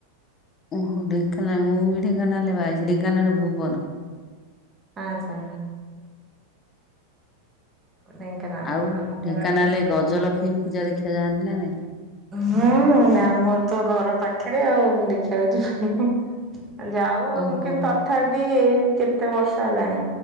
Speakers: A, on the left; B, on the right.
A: ଓହୋ ଢେଙ୍କାନାଳ ମୁଁ ବି ଢେଙ୍କାନାଳେ
B: ହୁଁ
A: ରେ ବାହା ହେଇଛି ଢେଙ୍କାନାଳ ଭୁବନ।
B: ଆଚ୍ଛା ଢେଙ୍କାନାଳରେ
A: ଆଉ
B: ଆମ ଘର
A: ଢେଙ୍କାନାଳରେ
B: ବି ଢେଙ୍କାନାଳ।
A: ଗଜଲକ୍ଷ୍ମୀ ପୂଜା ଦେଖିବା ଯାଆନ୍ତି ନା ନାଇଁ?
B: ହୁଁ ଆମର ତ ଘର ପାଖରେ ଆଉ ଦେଖିବାକୁ ଯିବୁନି? ଆ ଯାଉ
A: ଓହୋ
B: ମୁଁ କିନ୍ତୁ ତ ତଥାବି ଏଇ କେତେ ବର୍ଷ ହେଲାଣି